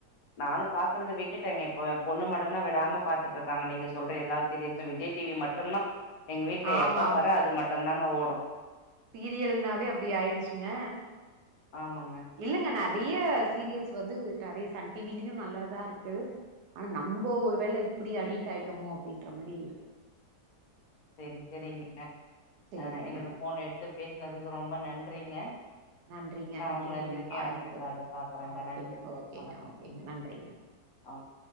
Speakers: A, on the left; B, on the right.
A: நானும் பாக்குறத விட்டுட்டேன்க பொண்ணு மட்டும் தான் விடாம பாத்துட்டு இருக்காங்க நீங்க சொல்ற எல்லா சீரியல்ஸும் விஜய் டிவி மட்டுந்தா எங்க வீட்ல
B: ஆமா
A: எப்ப
B: ஆமா
A: பாரு அது மட்டுந்தாங்க ஓடு
B: சீரியல்னாவே அப்படி ஆயிடுச்சுங்க
A: ஆமாங்க
B: இல்லங்க நறைய சீரியல்ஸ் வந்து நிறைய சன் டிவிலயு நல்லதா இருக்கு ஆனா நம்ப ஒரு வேளை இப்படி அடிட் ஆயிட்டோமோ அப்படின்ற மாரி இருக்கு
A: சரி சரிங்க
B: சேரிங்க
A: ஆஹ் என்னோட போன் எடுத்து பேசனதுக்கு ரொம்ப நன்றிங்க
B: நன்றிங்க
A: நா
B: நன்றிங்க
A: உங்கள
B: என்
A: திருப்பியு அடுத்த
B: எனக்கு
A: கால்ல பாக்குறேங்க
B: ஆஹ் ஓகேங்க
A: நன்றிங்க
B: ஓகேங்க
A: வணக்கங்க
B: ஓகேங்க நன்றிறிங்க
A: ஓகே